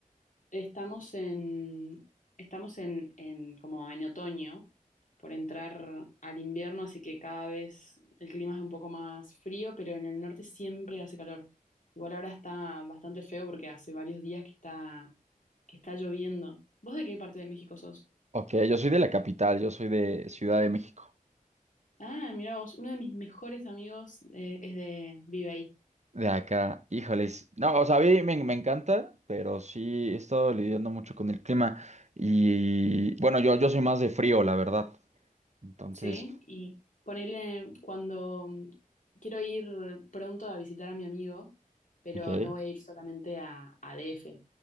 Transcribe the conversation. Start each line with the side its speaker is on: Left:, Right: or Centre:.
Left: estamos en, estamos en, en- como en otoño, por entrar al invierno, así que cada vez el clima es un poco más frío, pero en el norte siempre hace calor. Igual ahora está bastante feo porque hace varios días que está, que está lloviendo. ¿Vos de qué parte de México sos?
Right: ok, yo soy de la capital, yo soy de Ciudad de México.
Left: Ah, mira vos, uno de mis mejores amigos eh, es de vive ahí,
Right: De acá, híjoles. No, o sea, a mí me, me encanta, pero sí he estado lidiando mucho con el clima. Y bueno, yo, yo soy más de frío, la verdad. Entonces.
Left: ¿sí? Y ponele cuando mm, quiero ir pronto a visitar a mi amigo, pero
Right: Ok.
Left: no voy a ir solamente a, a DF.